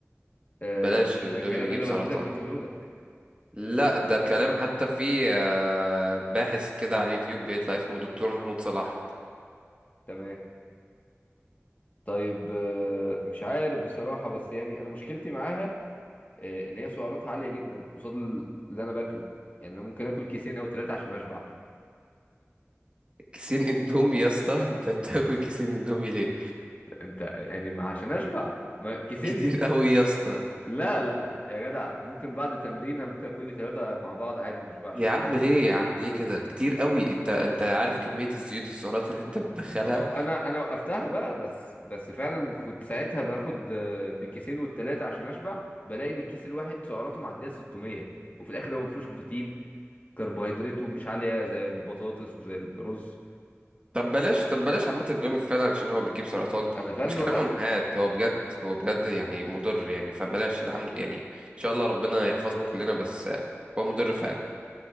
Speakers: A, on the left (about 35°); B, on the right (about 25°).
A: آه،
B: بلاش الاندومي
A: ده الكلام
B: بيجيب
A: اللي
B: سرطان
A: والدتك بتقوله لك
B: لا ده كلام حتى في آه، باحث كده على اليوتيوب بيطلع اسمه دكتور محمود صلاح
A: تمام طيب آه، مش عارف بصراحة بس يعني أنا مشكلتي معاها آه، إن هي سعراتها عالية جدا قصاد ال- اللي أنا باكله يعني أنا ممكن آكل كيسين أو ثلاثة عشان أشبع
B: كيسين اندومي يا اسطى <laughs> انت بتاكل كيسين اندومي ليه
A: أنت يعني ما عشان أشبع ما كيسين
B: كتير
A: بيب...
B: قوي يا اسطى
A: لا لا لا يا جدع ممكن بعد تمرينة ممكن آكل لي ثلاثة مع بعض عادي ما أشبعش
B: يا
A: أصلا
B: عم ليه يا عم ليه كده كتير قوي انت انت عارف كمية الزيوت والسعرات اللي انت بتدخلها
A: ما هو أنا أنا وقفتها بقى بس بس فعلا كنت ساعتها باخد آه، بكيسين والتلاتة عشان أشبع بلاقي إن الكيس الواحد سعراته معدية 600 وفي الآخر هو ما فيهوش بروتين كربوهيدراته مش عالية زي البطاطس وزي الرز
B: طب بلاش طب بلاش عامة اندومي فعلا عشان هو بيجيب سرطان
A: أنا فعلا
B: ومش كلام
A: وقفت
B: امهات هو بجد هو بجد يعني مضر يعني فبلاش الحمد يعني ان شاء الله ربنا يحفظنا كلنا بس آه، هو مضر فعلا